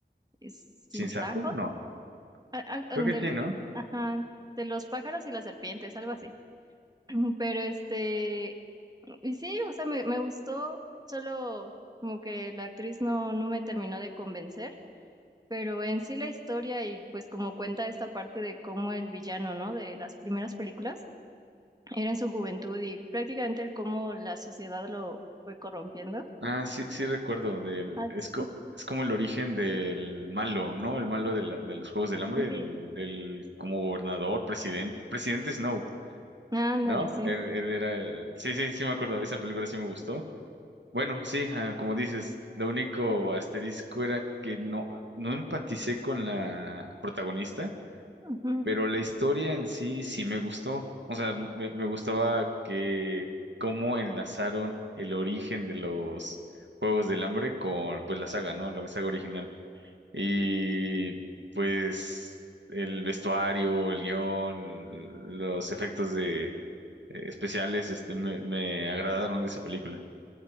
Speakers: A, on the right (about 20°); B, on the right (about 85°).
A: es- sinsajos,
B: ¿Sinsajo? No,
A: a-
B: creo
A: a-
B: que
A: del,
B: sí, ¿no?
A: ajá, de los pájaros y las serpientes, algo así. <clears throat> Pero este, Y sí, o sea, me, me gustó, solo como que la actriz no, no me terminó de convencer, pero en sí la historia y pues como cuenta esta parte de cómo el villano, ¿no? De las primeras películas era en su juventud y prácticamente el cómo la sociedad lo fue corrompiendo.
B: Ah, sí, sí recuerdo del,
A: Ah,
B: es,
A: sí.
B: co- es como el origen del malo, ¿no? El malo de, la- de los Juegos del Hambre, el,
A: Sí.
B: el como gobernador, presidente, presidente Snow,
A: Ándale,
B: ¿no?
A: sí.
B: Él, él era el, sí, sí, sí me acuerdo, esa película sí me gustó. Bueno, sí, ah, como dices, lo único asterisco era que no, no empaticé con la protagonista.
A: Ujú.
B: Pero la historia en sí sí me gustó. O sea, me, me gustaba que cómo enlazaron el origen de los Juegos del Hambre con pues la saga, ¿no? La saga original. Y pues el vestuario, el guión, los efectos de eh, especiales, este me, me agradaron de esa película.